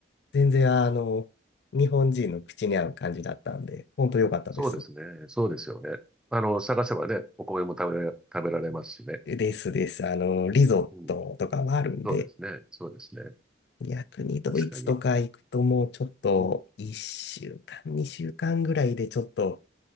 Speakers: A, on the left; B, in the centre.
A: 全然あの、日本人の口に合う感じだったんで、本当良かったです。
B: そうですね。そうですよね。あの、探せばね、お米も食べられ、食べられますしね。
A: ですです。あの、リゾットとかもあるんで、
B: うん。そうですね。そうですね。
A: 逆にドイツとか行くともうちょっと、
B: 確かに。うん。
A: 1週間、2週間ぐらいでちょっと、